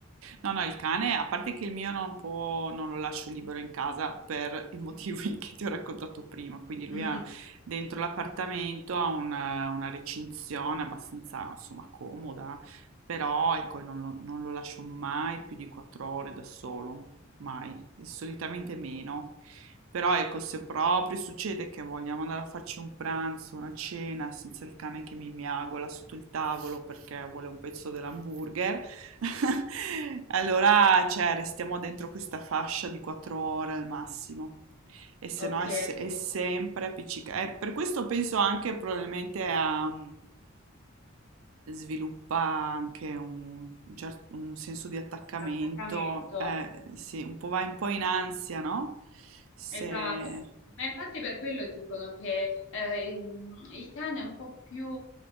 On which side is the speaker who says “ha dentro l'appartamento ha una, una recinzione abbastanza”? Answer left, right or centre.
Right